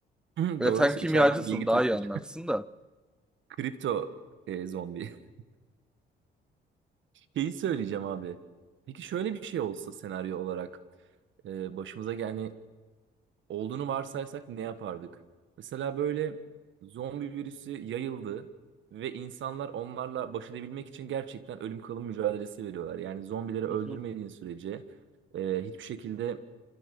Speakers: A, on the right; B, in the centre.
A: <laughs>
B: Ya
A: Doğrusu
B: sen kimyacısın
A: içeriden bilgi
B: daha
A: taşır.
B: iyi anlarsın da.
A: Kripto e, zombi. <laughs> Şeyi söyleyeceğim abi. Peki şöyle bir şey olsa senaryo olarak e, başımıza yani olduğunu varsaysak ne yapardık? Mesela böyle zombi virüsü yayıldı ve insanlar onlarla baş edebilmek için gerçekten ölüm kalım mücadelesi veriyorlar. Yani zombileri öldürmediğin
B: Hı
A: sürece e, hiçbir şekilde